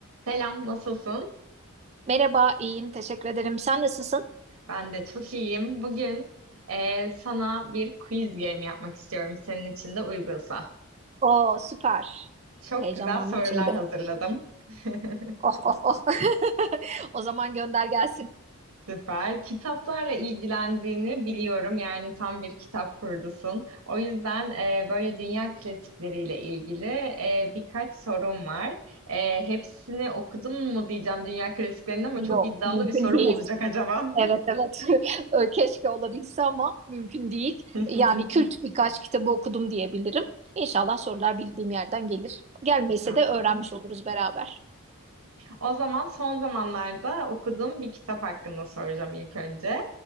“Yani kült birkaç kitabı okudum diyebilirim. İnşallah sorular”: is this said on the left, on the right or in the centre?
Right